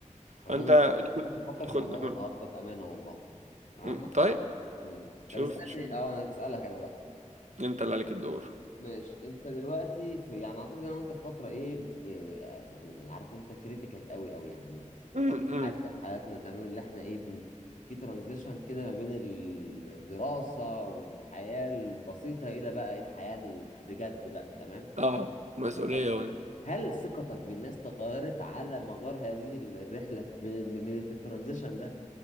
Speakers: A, on the left (about 75°); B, on the right (about 60°).
A: الله
B: فانت
A: ينور كنت بفكر
B: تدخل
A: في الموضوع ده النهارده بأمانة والله عامة
B: م- طيب
A: يعني. مم.
B: شوف
A: طب اسألني
B: شوف
A: اه انا اسألك انا بقى
B: انت اللي عليك الدور
A: ماشي انت دلوقتي في يعني اعتقد انا وانت في فترة ايه, إيه يعني عارف انت كريتيكال قوي قوي يعني
B: امم
A: فترة حرجة في حياتنا تمام اللي احنا ايه بن- في ترانزيشن كده ما بين الدراسة والحياة البسيطة الى بقى إيه، الحياة ال- بجد بقى تمام
B: اه مسؤوليه
A: هل
B: ولا
A: هل ثقتك بالناس تغيرت على مدار هذه ال- الرحلة من من من- في الترانزيشن ده